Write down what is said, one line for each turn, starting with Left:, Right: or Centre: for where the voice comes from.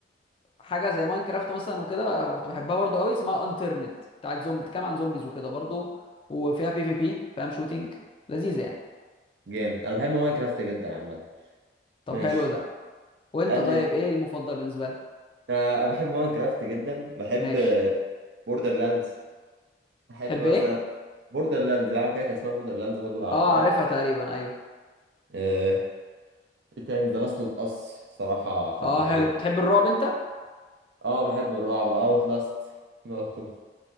Left: حاجه زي ماينكرافت مثلا وكده كنت بحبها برضو قوي اسمها انترنت بتاعت زومبي بتتكلم عن زومبيز وكده برضو وفيها بي في بي فاهم شوتينج لذيذه يعني
Right: جامد أنا بحب ماينكرافت جدا عامة
Left: طب
Right: ماشي
Left: حلو ده وانت
Right: اسألني
Left: طيب
Right: أنت
Left: ايه المفضل بالنسبه لك
Right: أنا بحب ماينكرافت جدا بحب
Left: ماشي
Right: بوردر لاندز بحب
Left: تحب
Right: مثلا
Left: ايه
Right: بوردر لاندز لعبة كده كان اسمها بوردر لاندز برضه لعبتها
Left: اه عارفها تقريبا ايوه
Right: آه، ايه تاني ذا لاست اوف اس صراحة حبيتها
Left: اه حلو
Right: جدا
Left: تحب الرعب انت
Right: اه بحب الرعب اوت لاست برضه